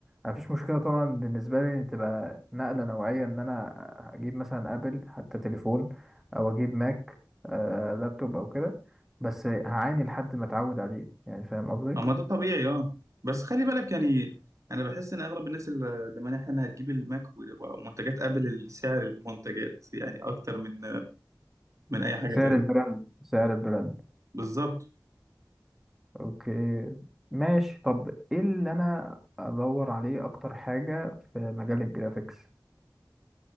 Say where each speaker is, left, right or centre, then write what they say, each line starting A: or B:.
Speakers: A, in the centre; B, on the right.
A: مفيش مشكله طبعا بالنسبه لي ان تبقى نقله نوعيه ان انا اجيب مثلا ابل حتى تليفون او اجيب ماك آه لابتوب او كده بس هعاني لحد ما اتعود عليه يعني فاهم قصدي
B: اما ده طبيعي اه بس خلي بالك يعني انا بحس ان اغلب الناس اللي اللي مانعها انها تجيب الماك ومنتجات ابل سعر المنتجات يعني اكتر من من اي حاجه
A: بسعر
B: تاني
A: البراند سعر البراند
B: بالظبط
A: اوكي ماشي طب ايه اللي انا ادور عليه اكتر حاجة في مجال الجرافيكس